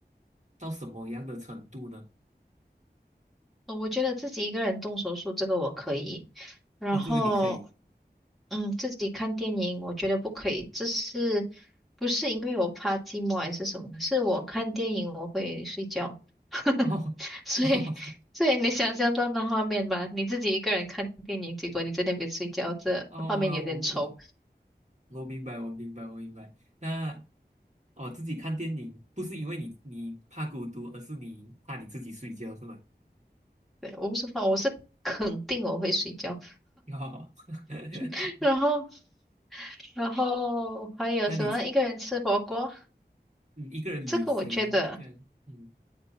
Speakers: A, on the right; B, in the centre.
A: 到什么样的程度呢？
B: 呃我觉得自己一个人动手术这个我可以，然后
A: 哦，这个你可以
B: 嗯，自己看电影我觉得不可以，这是不是因为我怕寂寞还是什么？是我看电影我会睡觉，<laughs>
A: 哦
B: 所以所以你想象到那画面吧，
A: <laughs>
B: 你自己一个人看电影，结果你在那边睡觉，这画面有点丑。
A: 哦哦，我我我明白，我明白，我明白。那哦，自己看电影不是因为你你怕孤独，而是你怕你自己睡觉，是吗？
B: 对，我不是怕，我是肯定我会睡觉。
A: 哦，<laughs>
B: <laughs>
A: 好，
B: 然后然后还有什么？
A: 那你
B: 一个人吃火锅。
A: 你一个人旅行，
B: 这个我觉得，
A: 一个人嗯